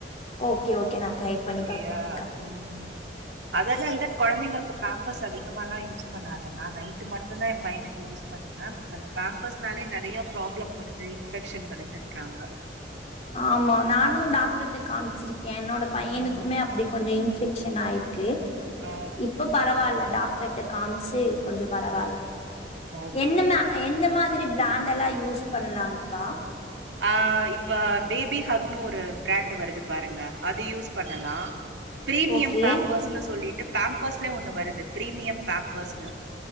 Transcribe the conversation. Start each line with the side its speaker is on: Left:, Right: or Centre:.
Left: ஓக்கே ஒக்கே நா ட்ரை பண்ணி
Right: ஓகேயா
Left: பாக்குறங்க்கா
Right: ம் அது அது அந்த கொழந்தைங்களுக்கு பேம்பர்ஸ் அதி கமா எல்லா யூஸ் பண்ணாத நா நைட்டு மட்டுந்தா எ பையனுக்கு யூஸ் பண்ணுவ அந்த பேம்பர்ஸ் னாலே நறிய ப்ராப்ளம் வருது இன்வெக்ஷன் வருதுன்றாங்க
Left: ஆமா நானும் டாக்டர்ட்ட காமிச்சிருக்கே என்னோட பையனுக்குமே
Right: ம்
Left: அப்டி கொஞ்சோ இன்வெக்ஷன் ஆயிருக் க்கு
Right: ஆ
Left: இப்ப பரவால்ல டாக்டர்ட்ட காம்ச்சு கொஞ்சோ பரவால்ல
Right: ம் ஓகே
Left: என்னமா
Right: ஓகேப்பா
Left: எந்த மாதிரி பிராண்ட் ல்லா யூஸ் பண்ணலாங்க்கா
Right: அ இப்ப பேபி ஹக்னு ஒரு பிராண்ட் வருது பாருங்க அது யூஸ் பண்ணலா பிரீமியம்
Left: ஓகே
Right: பேம்பர்ஸ்ன்னு சொல்லிட்டு பேம்பர்ஸ்லயே ஒண்ணு வருது பிரீமியம் பேம்பர்ஸ்ன்னு